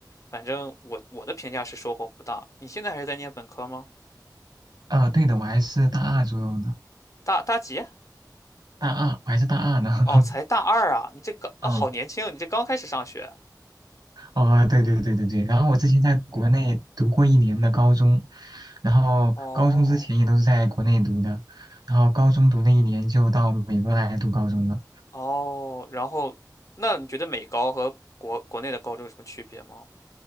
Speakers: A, on the left; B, on the right.
A: 反正我我的评价是收获不大。你现在还是在念本科吗？
B: 呃，对的，我还是大二左右的，
A: 大大几啊？
B: 大二，我还是大二呢。
A: 哦，
B: <laughs>
A: 才大二啊！你这刚啊，
B: 嗯
A: 好年轻，你这刚开始上学。
B: 哦，对对对对对。然后我之前在国内读过一年的高中，然后高中之前也都是在国内读的，
A: 哦
B: 然后高中读了一年就到美国来读高中了。
A: 哦，然后那你觉得美高和国国内的高中有什么区别吗？